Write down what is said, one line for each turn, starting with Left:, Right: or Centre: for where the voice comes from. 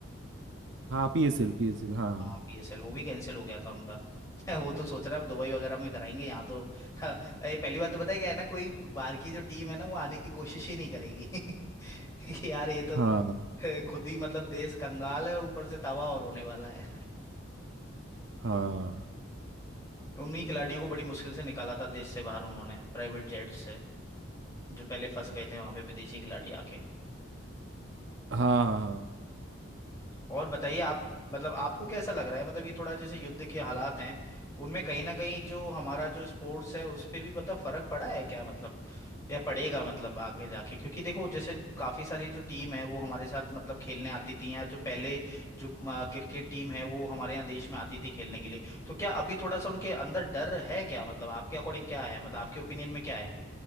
Right: हाँ पीएसएल पीएसएल हाँ
Left: हाँ पीएसएल वो भी कैंसिल हो गया था उनका <laughs> वो तो सोच रहा है अब दुबई वगैरह में कराएंगे यहाँ तो <laughs> ये पहली बात तो पता है क्या है ना कोई बाहर की जो टीम है ना वो आने की कोशिश ही नहीं करेगी <laughs> कि यार ये तो
Right: हाँ
Left: <laughs> खुद ही मतलब देश कंगाल है और ऊपर से तवा और होने वाला है
Right: हाँ
Left: उन्हीं खिलाड़ियों को बड़ी मुश्किल से निकाला था देश से बाहर उन्होंने प्राइवेट जेट से जो पहले फंस गए थे वहां पे विदेशी खिलाड़ी आके
Right: हाँ हाँ
Left: और बताइए आप मतलब आपको कैसा लग रहा है मतलब ये थोड़ा जैसे युद्ध के हालात हैं उनमें कहीं ना कहीं जो हमारा जो स्पोर्ट्स है उस पे भी मतलब फर्क पड़ा है क्या मतलब या पड़ेगा मतलब आगे जाके क्योंकि देखो जैसे काफी सारी जो टीम है वो हमारे साथ मतलब खेलने आती थी या जो पहले जो क्रिकेट टीम है वो हमारे यहाँ देश में आती थी खेलने के लिए तो क्या अभी थोड़ा सा उनके अंदर डर है क्या मतलब आपके अकॉर्डिंग क्या है मतलब आपके ओपिनियन में क्या है